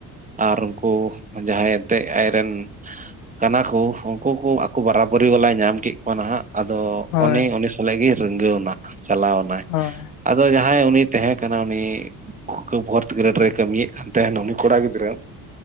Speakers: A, on the right; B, on the left.
A: ᱟᱨ ᱩᱱᱠᱩ ᱯᱟᱦᱟᱸᱭ ᱮᱱᱛᱮᱜ ᱟᱡ ᱨᱮᱱ ᱠᱟᱱᱟ ᱠᱚ, ᱩᱱᱠᱩ ᱠᱚ ᱟᱠᱚ ᱵᱟᱨᱟ ᱵᱟᱹᱨᱤ ᱵᱟᱞᱟᱭ ᱧᱟᱢ ᱠᱮᱫ ᱠᱚᱣᱟ ᱱᱟᱦᱟᱜ ᱟᱫᱚ
B: ᱦᱳᱭ
A: ᱚᱱᱮ
B: ᱦᱳᱭ
A: ᱩᱱᱤ ᱥᱟᱞᱟᱜ ᱜᱮ ᱨᱤᱜᱟᱹᱣᱱᱟ, ᱪᱟᱞᱟᱣ ᱮᱱᱟᱭ᱾
B: ᱦᱳᱭ᱾
A: ᱟᱫᱚ ᱡᱟᱦᱟᱸᱭ ᱩᱱᱤ ᱛᱟᱦᱮᱸ ᱠᱟᱱᱟ ᱩᱱᱤ <unintelligible> ᱯᱷᱳᱨᱛᱷ ᱜᱨᱮᱰ ᱨᱮᱭ ᱠᱟᱹᱢᱤᱭᱮᱫ ᱠᱟᱱ ᱛᱟᱦᱮᱱᱟ ᱩᱱᱤ ᱠᱚᱲᱟ ᱜᱤᱫᱽᱨᱟᱹ,